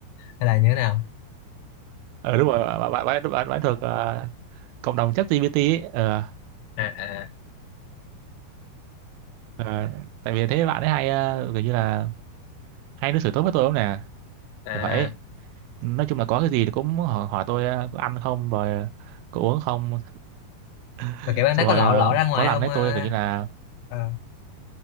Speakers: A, on the left; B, on the right.
A: hay là như thế nào?
B: Ờ đúng rồi bạn bạn bạn bạn, bạn, bạn thuộc ờ, cộng đồng chat GPT ấy ờ
A: À à
B: ờ, tại vì thế bạn ấy hay ờ, kiểu như là hay đối xử tốt với tôi lắm nè
A: à,
B: kiểu vậy nói chung là có cái gì thì cũng hỏi, hỏi tôi ờ, có ăn không rồi ờ, có uống không <laughs>
A: mà kiểu bạn
B: xong
A: đó
B: rồi
A: có lộ
B: ờ,
A: lộ ra ngoài
B: có lần
A: không?
B: đấy
A: À,
B: tôi kiểu như là
A: à,